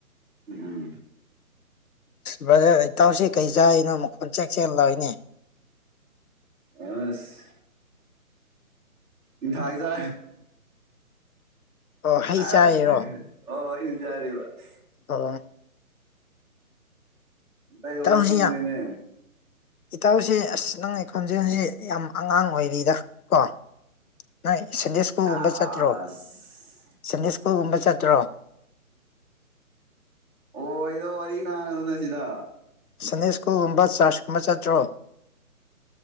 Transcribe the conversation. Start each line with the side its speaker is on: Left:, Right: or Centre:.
Centre: ꯎꯝ
Left: ꯕꯖꯔ ꯏꯇꯥꯎꯁꯤ ꯀꯩ ꯆꯥꯔꯤꯅꯣ ꯃꯈꯣꯟ ꯆꯦꯛ ꯆꯦꯛ ꯂꯏꯅꯦ
Centre: ꯑꯁ ꯏ ꯊꯏꯖ
Left: ꯑꯣ ꯍꯩ
Centre: ꯑ
Left: ꯆꯥꯔꯤꯔꯣ
Centre: ꯍ ꯏꯖꯔꯦꯁ
Left: ꯑ
Centre: ꯗꯥ ꯂꯣꯅ
Left: ꯏꯇꯥꯎꯁꯤ
Centre: ꯈꯪꯅꯅꯦ
Left: ꯌꯥꯝ ꯏꯇꯥꯎꯁꯤ ꯑꯁ ꯅꯪꯒꯤ ꯈꯣꯟꯖꯦꯜꯁꯤ ꯌꯥꯝ ꯑꯉꯥꯡ ꯑꯣꯏꯔꯤꯗ ꯀꯣ ꯅꯣꯏ ꯁꯟꯗꯦ ꯁ꯭ꯀꯨꯜꯒꯨꯝꯕ
Centre: ꯑꯁ
Left: ꯆꯠꯇ꯭ꯔꯣ ꯁꯟꯗꯦ ꯁ꯭ꯀꯨꯜꯒꯨꯝꯕ ꯆꯠꯇ꯭ꯔꯣ
Centre: ꯑꯣ ꯑꯩꯗ ꯋꯥꯔꯤ ꯋꯥꯔꯤ ꯀꯅꯥ ꯀ ꯅ ꯁꯤꯗ
Left: ꯁꯟꯗꯦ ꯁ꯭ꯀꯨꯜꯒꯨꯝꯕ ꯆꯥꯔꯆ ꯀꯨꯝꯕ ꯆꯠꯇ꯭ꯔꯣ